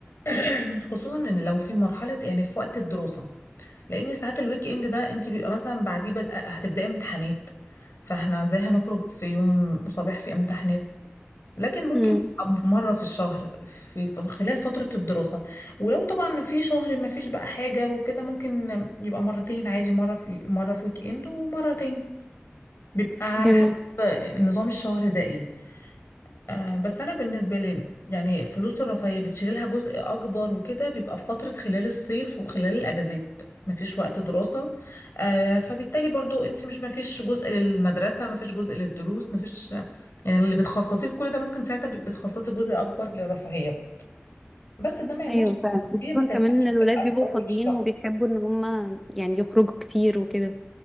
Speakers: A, on the left; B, in the centre.
A: <clears throat> خصوصا ان لو في مرحله يعني في وقت الدراسه لان ساعات الويك اند ده انت بيبقى مثلا بعديه بدأ هتبداي امتحانات فاحنا ازاي هنخرج في يوم صباح في امتحانات لكن ممكن
B: امم
A: تبقى مرة في الشهر في في خلال فترة الدراسة ولو طبعا في شهر ما فيش بقى حاجة وكده ممكن يبقى مرتين عادي مرة في مرة في ويك اند ومرتين بيبقى على
B: جميل
A: حسب نظام الشهر ده ايه آه، بس انا بالنسبه لي يعني فلوس الرفاهيه بتشيل لها جزء اكبر وكده بيبقى في فتره خلال الصيف وخلال الاجازات مفيش وقت دراسه آه، فبالتالي برضو انت مش مفيش جزء للمدرسه مفيش جزء للدروس مفيش يعني اللي بتخصصيه لكل ده ممكن ساعتها بيبقى بتخصصي جزء اكبر للرفاهيه بس ده ما يمنعش
B: ايوه
A: إن
B: فعلا
A: الرفاهيه
B: خصوصا
A: ما تنفعش
B: كمان ان الولاد
A: تبقى
B: بيبقوا
A: في اول
B: فاضيين
A: الشهر
B: وبيحبوا ان هم يعني يخرجوا كتير وكده